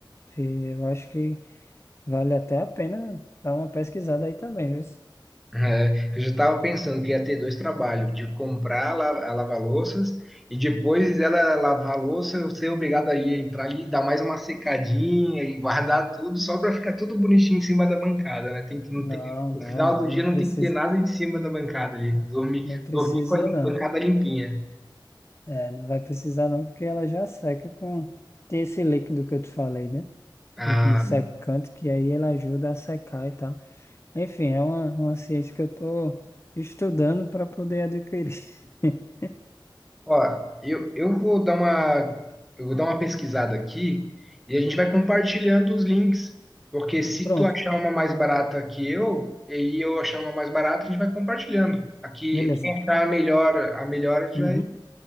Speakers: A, on the left (about 30°); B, in the centre.
A: fi- eu acho que vale até a pena dar uma pesquisada aí também, viu?
B: É, eu já estava pensando que ia ter dois trabalhos, de comprar la- a lava-louças e depois ela lavar a louça, eu ser obrigado a ir entrar ali, dar mais uma secadinha e guardar tudo só para ficar tudo bonitinho em cima da bancada, né? Tem que não
A: Não,
B: tem, no
A: não,
B: final
A: não,
B: do dia
A: não
B: não
A: precisa,
B: tem que ter nada em cima da bancada ali, dormir,
A: não precisa,
B: dormir com a lim-
A: não.
B: bancada limpinha.
A: É, não vai precisar não, porque ela já seca com... Tem esse líquido que eu te falei, né?
B: Ah,
A: Líquido secante, que aí ele ajuda a secar e tal. Enfim, é uma, uma ciência que eu tô estudando para poder adquirir. <laughs>
B: Ó, eu, eu vou dar uma, eu vou dar uma pesquisada aqui e a gente vai compartilhando os links, porque se
A: Pronto,
B: tu achar uma mais barata que eu, e eu achar uma mais barata, a gente vai compartilhando. Aqui,
A: beleza.
B: quem achar a melhor, a melhor, a gente
A: Uhum.
B: vai